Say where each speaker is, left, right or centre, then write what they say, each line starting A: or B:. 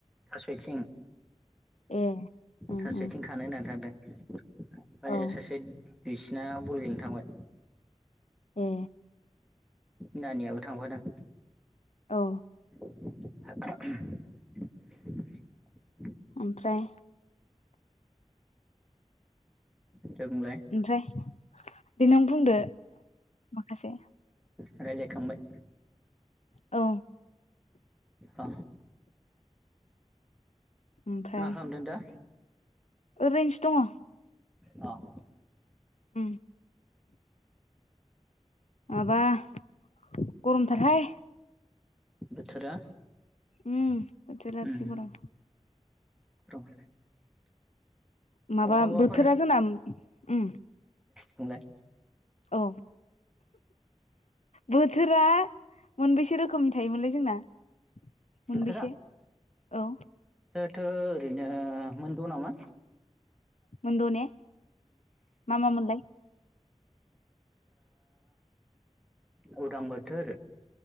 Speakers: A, in the centre; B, on the left.
A: थास'यथिं
B: ए उम
A: थास'य
B: उम
A: आथिं खानो होनना थादों। ओमफ्राय
B: औ
A: सासे दुइसिना बल गेलेनो थांबाय
B: ए
A: नानियाबो थांफादों
B: औ
A: <unintelligible>
B: ओमफ्राय
A: दे बुंलाय
B: ओमफ्राय दे नों बुंदो माखासे
A: रायलायखांबाय
B: अ
A: अ
B: ओमफ्राय
A: मा खालामदों दा
B: ओरैनोसो दङ
A: अह
B: उ माबा गरमथारहाय
A: बोथोरा
B: उम बोथोरा
A: उम
B: जि गरम
A: <unintelligible>
B: माबा
A: बहाबाफोर
B: बोथोरा जोंना उम
A: बुंलाय
B: औ बोथोरा मोनबेसे रोखोमनि थायोमोनलै जोंना मोनबेसे
A: बोथोरा
B: औ
A: थो ओरैनो मोनद' नामा
B: मोन द' ने मा मा मोनलाय
A: ओ उदां बोथोर